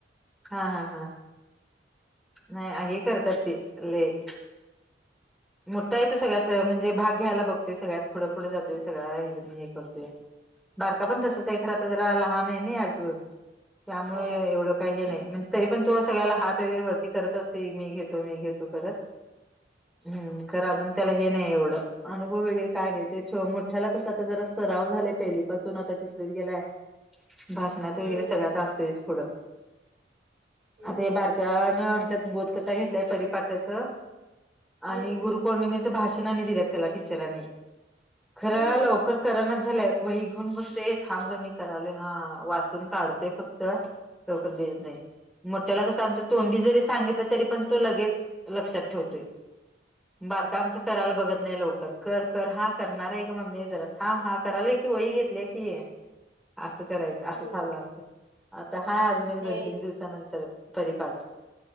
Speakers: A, in the centre; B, on the right (about 65°).
A: हा हा हा नाय आ हे करतात ते लय <inaudible> मोठा आहेे तो सगळ्यात म्हणजे भाग घ्यायला बघतोय सगळ्यात पुढं पुढे जातेय सगळ्याना हे जे नी हे करतोय बारका पण तसचंये खरा त जरा लहान हाय नय अजून त्यामुळे
B: होय
A: एवढं काय हे नाय म्हणजे तरी पण तो सगळ्याला हात वगैरे वरती करत असतोय मी घेतो मी घेतो करत हम्म खरं अजून त्याला हे नाय एवढं अनुभव वगैरे काय नाही ते मोठ्याला कस आता जरा सराव झाला पहिली पाासून आता तिसरीत गेलाय. भाषणात वगैरे
B: हम्म
A: सगळ्या असतोय पुढं
B: हम्म
A: आता हे बार क्यान आमच्यात बोधकथा घेतलाय पररीपाटाच
B: हम्म
A: आणि गुरु पौर्णिमेच भाषण आणि दिल्यात त्याला टीचरांनी खर
B: हम्म
A: लवकर करनच झाल्यय वही घेऊन बसते थांब ग मी करालोय हा वाचतून काढतय फक्त लवकर देत नाही मोठ्याला कस आमच्या
B: हम्म
A: तोंडी जरी सांगितलं तरी पण तो लगेच लक्षात ठेवतोय. बारका आमच करायला बघत नाही लवकर कर कर हा करणार आहे ग मम्मी जरा थांब हा. करालोय. की वही घेतल्या की, असं करायचं. असं
B: हम्म
A: चालू असते. आता हाय अजून एक,
B: ते
A: दोन, तीन दिवसानंतर परिपाठ